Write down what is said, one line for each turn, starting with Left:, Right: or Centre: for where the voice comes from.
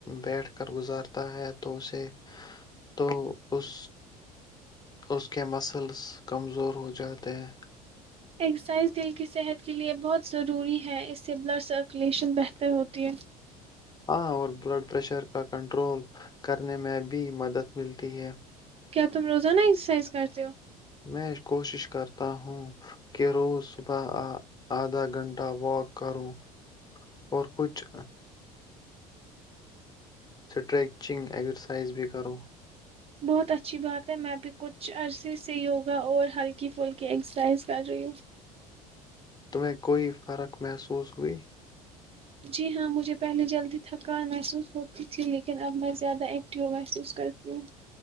Left: بیٹھ کر گزارتا ہے تو اسے تو اس اس کے مسلس کمزور ہو جاتے ہیں
Right: اکسرسائز دل کی صحت کے لیے بہت ضروری ہے اس سے بلڈ سرکولیشن بہتر ہوتی ہے
Left: ہاں اور بلڈ پریشر کا کنٹرول کرنے میں بھی مدد ملتی ہے
Right: کیا تم روزانہ ایکسرسائز کرتے ہو
Left: میں کوشش کرتا ہوں کہ روز صبح آدھا گھنٹہ واک کروں اور کچھ سٹریچنگ ایکزرسائز بھی کرو
Right: بہت اچھی بات ہے میں اب کچھ عرصے سے یوگا اور ہلکی پھلکی ایکسرسائز کر رہی ہوں
Left: تمہیں کوئی فرق محسوس ہوئی
Right: جی ہاں مجھے پہلے جلدی تھکان محسوس ہوتی تھی لیکن اب میں زیادہ ایکٹیو محسوس کرتی ہوں